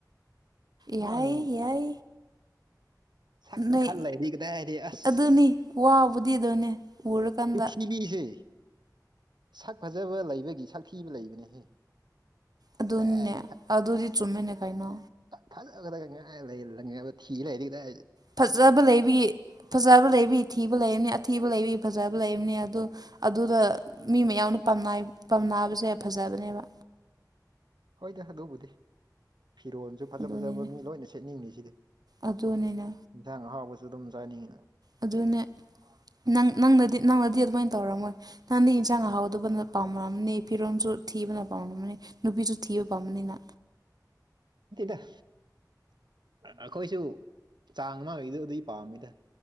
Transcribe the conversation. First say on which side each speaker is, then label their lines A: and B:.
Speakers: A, on the right; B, on the right.
A: ꯌꯥꯏ
B: ꯃꯥꯒꯤ
A: ꯌꯥꯏ
B: ꯁꯛꯇ
A: ꯅꯣꯏ
B: ꯈꯜ ꯂꯩꯔꯗꯤ ꯀꯗꯥꯏꯗꯤ ꯑꯁ
A: ꯑꯗꯨꯅꯤ ꯋꯥꯕꯨꯗꯤ ꯑꯗꯨꯅꯦ ꯎꯔꯀꯥꯟꯗ
B: ꯄ꯭ꯔꯤꯊꯤꯕꯤꯁꯦ ꯁꯛ ꯐꯖꯕ ꯂꯩꯕꯒꯤ ꯁꯛꯊꯤꯕ ꯂꯩꯕꯅꯦꯍꯦ
A: ꯑꯗꯨꯅꯦ
B: ꯀꯗꯥꯏ
A: ꯑꯗꯨꯗꯤ ꯆꯨꯝꯃꯦꯅꯦ ꯀꯩꯅꯣ
B: ꯐꯖꯕꯗ ꯉꯥꯏ ꯂꯩ ꯂꯪꯕ ꯊꯤ ꯂꯩꯔꯗꯤ ꯀꯗꯥꯢꯗꯩ
A: ꯐꯖꯕ ꯂꯩꯕꯤ ꯐꯖꯕ ꯂꯩꯕꯤ ꯊꯤꯕ ꯂꯩꯅꯤ ꯑꯊꯤꯕ ꯂꯩꯕꯤ ꯐꯖꯕ ꯂꯩꯝꯅꯤ ꯑꯗꯨ ꯑꯗꯨꯗ ꯃꯤ ꯃꯌꯥꯝꯅ ꯄꯤꯝꯅꯩ ꯄꯥꯝꯅꯕꯁꯦ ꯐꯖꯕꯅꯦꯕ
B: ꯍꯣꯏꯗ ꯑꯗꯨꯕꯨꯗꯤ ꯐꯤꯔꯣꯟ ꯁꯨ ꯐꯖ
A: ꯑꯗꯨꯅꯤꯅꯦ
B: ꯐꯖꯕ ꯃꯤ ꯂꯣꯏꯅ ꯁꯦꯠꯅꯤꯡꯉꯤ ꯁꯤꯗꯤ
A: ꯑꯗꯨꯅꯤꯅꯦ
B: ꯏꯟꯁꯥꯡ ꯑꯍꯥꯎꯕꯁꯨ ꯑꯗꯨꯝ ꯆꯥꯅꯤꯡꯉꯤ
A: ꯑꯗꯨꯅꯦ ꯅꯪ ꯅꯪꯅꯗꯤ ꯅꯪꯅꯗꯤ ꯑꯗꯨꯃꯥꯏ ꯇꯧꯔꯝꯃꯣꯏ ꯅꯪꯗꯤ ꯢꯟꯁꯥꯡ ꯑꯍꯥꯎꯇꯕꯅ ꯄꯥꯝꯔꯝꯅꯤ ꯐꯤꯔꯣꯝꯁꯨ ꯊꯤꯕꯅ ꯄꯥꯝꯔꯝꯅꯤ ꯅꯨꯄꯤꯁꯨ ꯊꯤꯕ ꯄꯥꯝꯕꯅꯤꯅ
B: ꯇꯦꯗ ꯑꯥ ꯑꯈꯣꯏꯁꯨ ꯆꯥꯡ ꯃꯥꯒꯤꯗꯨꯏ ꯄꯥꯝꯃꯤꯗ